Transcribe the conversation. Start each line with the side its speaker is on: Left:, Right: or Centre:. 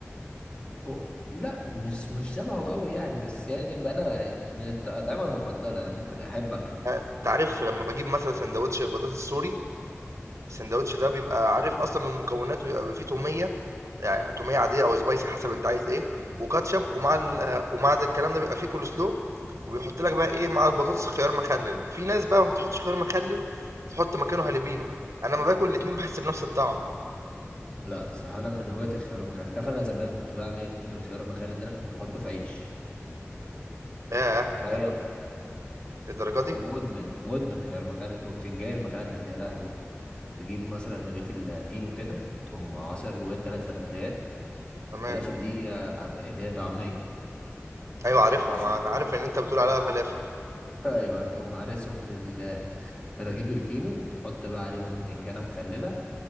Left: أو لا مش مش شبهه قوي يعني بس يعني بقى انا بقى من الاطعمه المفضله يعني ممكن احب اكله
Right: آه، انت عارف لما بجيب مثلا سندوتش بطاطس سوري السندوتش ده بيبقى عارف اصلا من مكوناته بيبقى فيه توميه يعني تومية عادية أو سبايسي حسب أنت عايز إيه وكاتشب ومع ال ومع ده الكلام ده بيبقى فيه كول سلو وبيحط لك بقى إيه مع البطاطس خيار مخلل في ناس بقى ما بتحطش خيار مخلل بتحط مكانه هالبينو أنا لما باكل الاتنين بحس بنفس الطعم
Left: لا صراحه انا من هواة الخيار المخلل تعرف انا زمان كنت بعمل ايه بالخيار المخلل ده انا كنت بحطه في عيش
Right: ياه
Left: تخيل
Right: للدرجة للدرجة دي
Left: مدمن مدمن خيار مخلل وبتنجان مخلل يا لهوي تجيب مثلا رغيف الفينو كده وتقوم عصر جواه ثلاث فلافليات
Right: تمام
Left: الفلافل دي آه، اللي هي طعميه
Right: أيوة عارفها
Left: ماشي
Right: ما أنا عارف إن أنت بتقول عليها فلافل
Left: ايوه تقوم هارسهم في ال- في رغيف الفينو وتحط بقى عليهم بتنجانه مخلله